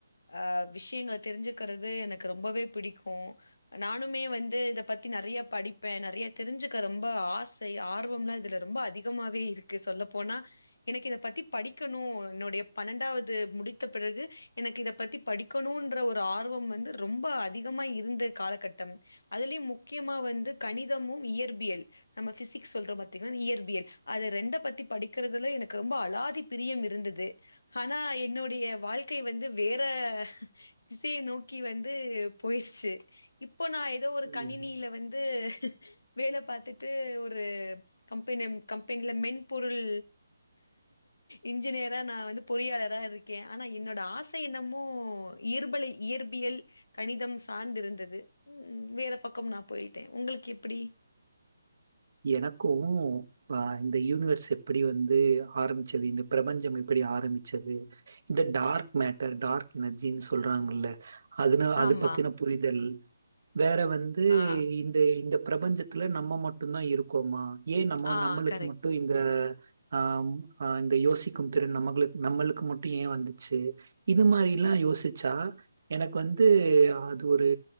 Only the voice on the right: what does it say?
ம்,
எனக்கு அஹ் இந்த யூனிவர்ஸ் எப்பிடி வந்து ஆரம்பிச்சது இந்த பிரபஞ்சம் எப்பிடி ஆரம்பிச்சது இந்த டார்க் மேட்டர் டார்க் எனர்ஜின்னு சொல்றாங்கல்ல அதுன அது
பத்தின புரிதல் வேற வந்து
இந்த இந்தப் பிரபஞ்சத்துல நம்ம மட்டுதா இருக்கோமா ஏன் நம்ம
நம்மளுக்கு
மட்டும் இந்த ஆம் ஆஹ் இந்த யோசிக்கும் திறன் நம்களுக்கு நம்மளுக்கு மட்டு ஏன் வந்துச்சு இது மாரில்லா யோசிச்சா எனக்கு வந்து அது ஒரு